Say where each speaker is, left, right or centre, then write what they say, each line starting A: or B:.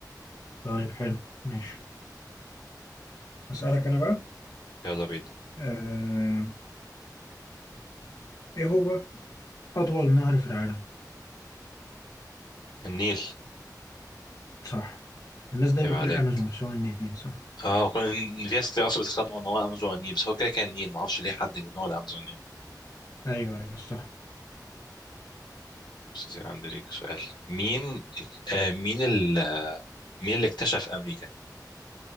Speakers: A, on the left (about 55°); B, on the left (about 80°).
A: طيب حلو ماشي أسألك أنا بقى
B: يلا بينا
A: آه، إيه هو أطول نهر في العالم؟
B: النيل
A: صح. الناس دايما
B: هيبقى
A: بتقول
B: عليك
A: الامازون بس هو النيل صح
B: اه كان في ناس كتير اصلا بيتخانقوا ان هو امازوني بس هو كده كان نين معرفش ليه حد يقول ان هو الامازونيين
A: ايوه ايوه صح
B: بس يعني عندي ليك سؤال مين آه مين ال... مين اللي اكتشف امريكا